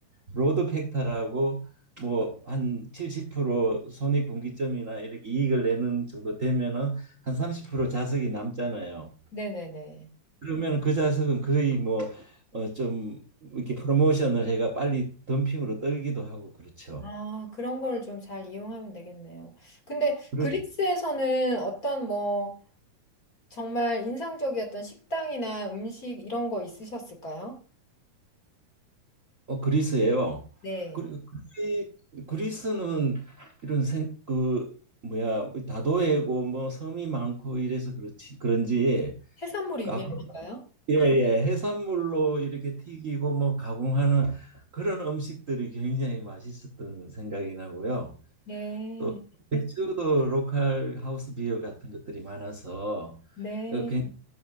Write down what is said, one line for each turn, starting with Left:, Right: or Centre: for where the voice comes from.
Right: 로드 팩터라고 뭐 한 70% 손익 분기점이나 이렇게 이익을 내는 정도 되면은 한 30% 자석이 남잖아요.
Left: 네네네.
Right: 그러면 그 자석은 거의 뭐 어 좀 이렇게 프로모션을 해가 빨리 덤핑으로 떨기도 하고 그렇죠.
Left: 아, 그런 걸 좀 잘 이용하면 되겠네요. 근데
Right: 그리,
Left: 그리스에서는 어떤 뭐 정말 인상적이었던 식당이나 음식 이런 거 있으셨을까요?
Right: 어, 그리스예요.
Left: 네.
Right: 그리, 그리- 그리스는 이런 생, 그 뭐야 뭐 다도해고 뭐 섬이 많고 이래서 그렇지 그런지
Left: 해산물이
Right: 아
Left: 유명한가요?
Right: 예, 예. 해산물로 이렇게 튀기고 뭐 가공하는 그런 음식들이 굉장히 맛있었던 생각이 나고요.
Left: 네.
Right: 또 맥주도 로컬 하우스 비어 같은 것들이 많아서
Left: 네.
Right: 어, 굉-